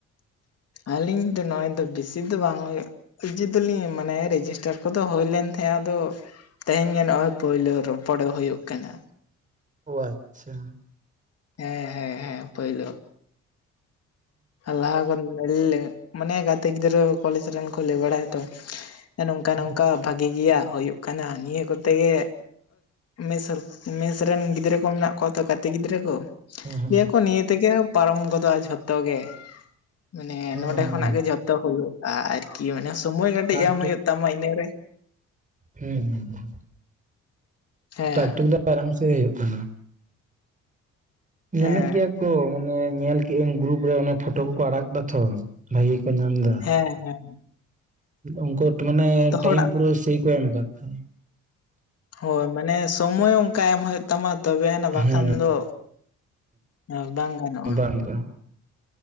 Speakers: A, on the left; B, on the right.
A: ᱟᱹᱞᱤᱧ ᱫᱚ ᱱᱚᱜᱼᱚᱭ ᱫᱚ ᱵᱮᱥᱤ ᱫᱚ ᱵᱟᱝ ᱦᱩᱭᱩᱜᱼᱟ᱾ ᱠᱤᱡᱤ ᱫᱚᱞᱤᱧ ᱢᱟᱱᱮ ᱨᱮᱡᱤᱥᱴᱟᱨ ᱠᱚᱫᱚ ᱦᱳᱭ ᱞᱮᱱ ᱛᱟᱦᱮᱸᱼᱟ ᱟᱫᱚ ᱛᱮᱦᱮᱧ ᱜᱮ ᱱᱚᱜᱼᱚᱭ ᱯᱳᱭᱞᱳ ᱨᱚᱯᱚᱲᱮ ᱦᱩᱭᱩᱜ ᱠᱟᱱᱟ᱾
B: ᱟᱪᱪᱷᱟ
A: ᱦᱮᱸ ᱦᱮᱸ ᱦᱮᱸ ᱯᱟᱹᱭᱞᱟᱹ ᱞᱟᱦᱟ ᱠᱷᱚᱱ ᱢᱟᱱᱮ ᱜᱟᱛᱮ ᱜᱤᱫᱽᱨᱟᱹ ᱠᱚᱞᱮᱡᱽ ᱨᱮᱱ ᱠᱚ ᱞᱟᱹᱭ ᱵᱟᱲᱟᱭᱛᱚ ᱱᱚᱝᱠᱟ
B: ᱦᱮᱸ
A: ᱱᱚᱝᱠᱟ ᱵᱷᱟᱜᱤ ᱵᱷᱟᱹᱜᱤ ᱜᱮᱭᱟ ᱦᱩᱭᱩᱜ ᱠᱟᱱᱟ ᱱᱤᱭᱟᱹ ᱠᱚᱛᱮ ᱜᱮ ᱢᱮᱥ ᱢᱮᱥ ᱨᱮᱱ ᱜᱤᱫᱽᱨᱟᱹ ᱠᱚ ᱢᱮᱱᱟᱜ ᱠᱚᱣᱟ ᱛᱚ ᱜᱟᱛᱮ ᱜᱤᱫᱽᱨᱟᱹ ᱠᱚ᱾
B: ᱦᱮᱸ
A: ᱞᱟᱸᱭ ᱟᱠᱚ ᱱᱤᱭᱟᱹ ᱛᱮᱜᱮ ᱯᱟᱨᱚᱢ ᱜᱚᱫᱚᱜᱼᱟ ᱡᱷᱚᱛᱚ ᱜᱮ ᱢᱟᱱᱮ
B: ᱦᱮᱸ
A: ᱱᱚᱰᱮ
B: ᱦᱮᱸ
A: ᱠᱷᱚᱱᱟᱜ ᱜᱮ ᱡᱚᱛᱚ ᱡᱚᱛᱚ ᱦᱩᱭᱩᱜᱼᱟ ᱟᱨᱠᱤ ᱢᱟᱱᱮ ᱥᱚᱢᱚᱭ ᱠᱟᱹᱴᱤᱡ
B: ᱴᱟᱠ
A: ᱮᱢ ᱦᱩᱭᱩᱜ ᱛᱟᱢᱟ ᱤᱱᱟᱹᱨᱮ᱾
B: ᱦᱮᱸ ᱦᱩᱸ ᱦᱩᱸ
A: ᱦᱮᱸ
B: ᱴᱟᱠ ᱴᱩᱠ ᱫᱚ ᱯᱟᱨᱚᱢ ᱦᱚᱪᱚᱭ ᱦᱩᱭᱩᱜ ᱠᱟᱱᱟ ᱧᱟᱢᱮᱫ
A: ᱦᱮᱸ
B: ᱜᱮᱭᱟ᱾ ᱠᱚ ᱢᱟᱱᱮ ᱧᱮᱞ ᱠᱮᱜᱼᱟ ᱜᱨᱩᱯ ᱨᱮ ᱚᱱᱟ ᱯᱷᱳᱴᱳ ᱠᱚᱠᱚ ᱟᱲᱟᱜ ᱫᱟ ᱛᱚ ᱵᱷᱟᱜᱤ ᱜᱮ ᱠᱚ ᱧᱟᱢ ᱫᱟ᱾
A: ᱦᱮᱸ ᱦᱮᱸ
B: ᱩᱱᱠᱩ ᱮᱠᱴᱩ ᱢᱟᱱᱮ ᱴᱟᱭᱤᱢ
A: ᱦᱚᱲᱟᱜ
B: ᱯᱩᱨᱟᱹ ᱥᱮ ᱠᱚ ᱮᱢᱠᱫᱟ ᱛᱚ ᱾
A: ᱦᱳᱭ ᱢᱟᱱᱮ ᱥᱚᱢᱚᱭ ᱚᱱᱠᱟ ᱮᱢ ᱦᱩᱭᱩᱜ ᱛᱟᱢᱟ ᱛᱚᱵᱮᱭᱱᱟ ᱵᱟᱠᱷᱟᱱ
B: ᱦᱮᱸ
A: ᱫᱚ ᱟᱨ ᱵᱟᱝ ᱜᱟᱱᱚᱜᱼᱟ
B: ᱵᱟᱝ ᱦᱩᱭᱩᱜᱼᱟ